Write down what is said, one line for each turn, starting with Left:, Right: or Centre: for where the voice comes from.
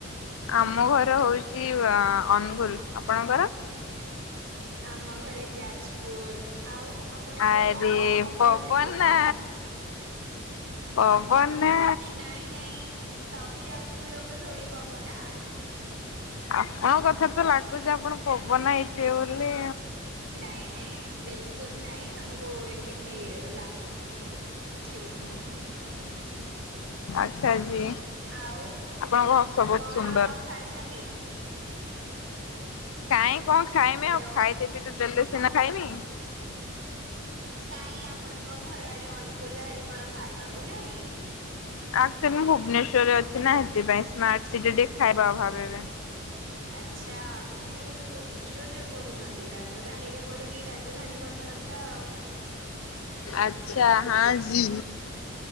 Left: ଆମ ଘର ହଉଛି ଅନୁଗୁଲ ଆପଣଙ୍କର?
Right: ଆମ ଘରେ ଯାଜପୁର ଆଉ ଆପଣ ଏବେ
Left: ଆରେ
Right: କଣ କଣ ପଢାପଢି
Left: ପବନା
Right: କରୁଛନ୍ତି?
Left: ପବନା
Right: ନାଇଁ ନାଇଁ ସବୁ ଯାଜପୁର ଲୋକ ଥୋଡି ପବନା।
Left: ଆପଣଙ୍କ କଥା ତ ଲାଗୁଛି ଆପଣ ପବନା ହାଇଥିବେ ବୋଲି।
Right: ନାଇଁ ନାଇଁ ବିଲକୁଲ ନାଇଁ ତମକୁ ଏମତି କି ଲାଗୁଛି କିନ୍ତୁ ସେମିତି କିଛି ବି ନୁହଁ।
Left: ଆଚ୍ଛା ଜୀ
Right: ଆଉ
Left: ଆପଣଙ୍କ ହସ ବହୁତ
Right: କଣ
Left: ସୁନ୍ଦର।
Right: ଖାଇଛନ୍ତି?
Left: କାଇଁ କଣ ଖାଇମି
Right: ହ୍ୟାଲୋ
Left: ଆଉ ଖାଇଦେ ପି ତ ଦେଲେ ସିନା ଖାଇମି।
Right: କାଇଁ ଆପଣଙ୍କ ଘର ଆଡେ ଅନୁକୁଲ ଆଡେ କଣ ଖାଇବାକୁ ନାାଇଁ।
Left: ଆ ଭୁବନେଶ୍ଵରରେ ଅଛି ନା ସେଥିପାଇଁ ସ୍ମାର୍ଟ ସି ଟିକେ ଖାଇବା ଅ ଭାବ ଏବେ।
Right: ଆଚ୍ଛା ଆପଣ ତାହେଲେ ଏବେ ଭୁବନେଶ୍ରରେ ପଢୁଛନ୍ତି ରାଜଧାନୀରେ ପଢିକି ରାଜଧାନୀ କଥା <inaudible> ଆଉ
Left: ଆଚ୍ଛା ହାଁ ଜି